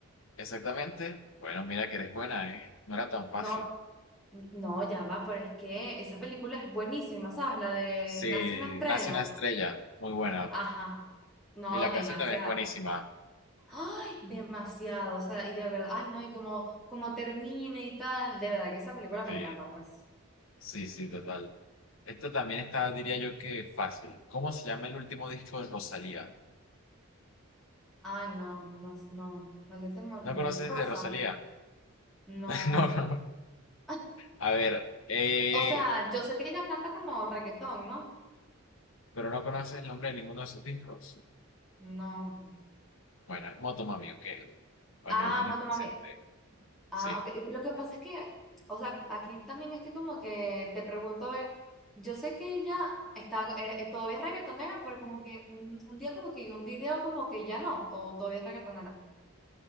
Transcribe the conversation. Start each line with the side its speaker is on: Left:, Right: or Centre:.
Left: Exactamente. Bueno, mira que eres buena, ¿eh? No era tan fácil.
Centre: No, n- no, ya va, pero es que esa película es buenísima, ¿sabes? La de
Left: Sí,
Centre: Nace una estrella.
Left: nace una estrella. Muy buena.
Centre: Ajá. No,
Left: Y la canción
Centre: demasiado.
Left: también es buenísima.
Centre: Ay, demasiado. O sea, y de verdad, ay, no, y como, como termina y tal. De verdad que esa película me
Left: Sí,
Centre: encanta, pues.
Left: sí, sí, total. Esto también está, diría yo que fácil. ¿Cómo se llama el último disco de Rosalía?
Centre: Ay, no, no, no. La última,
Left: ¿No conoces
Centre: Rosa.
Left: de Rosalía?
Centre: No.
Left: <laughs> No, no,
Centre: Ay,
Left: A ver, eh,
Centre: o sea, yo sé que ella canta como reggaetón, ¿no?
Left: pero no conoces el nombre de ninguno de sus discos.
Centre: No.
Left: Bueno, es Moto Mami, ok, para
Centre: Ah,
Left: que lo tengas
Centre: Moto
Left: presente.
Centre: Mami. Ah,
Left: Sí.
Centre: ok. Lo que pasa es que, o sea, aquí también estoy como que te pregunto, a ver, yo sé que ella está, eh, eh, todavía es reggaetonera, pero como que un, un día como que un video como que ya no, o todavía es reggaetonera.